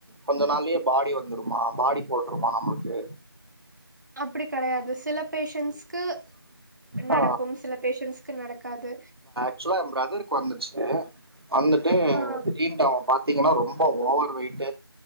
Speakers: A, on the right (about 70°); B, on the right (about 45°).
A: கொஞ்ச நாள்ளயே பாடி வந்துருமா பாடி போட்டுருமா நம்ளுக்கு
B: அப்டி கெடையாது சில பேஷன்ஸ்கு நடக்கு
A: ஆ
B: சில பேஷன்ஸ் க்கு நடக்காது
A: ஆக்சுலா ஏ ப்ரதருக்கு வந்துச்சு அந்த டைம்
B: ஆ
A: திடீர்னு அவ பா த்தீங்கன்னா ரொம்ப ஓவர் வெயிட்டு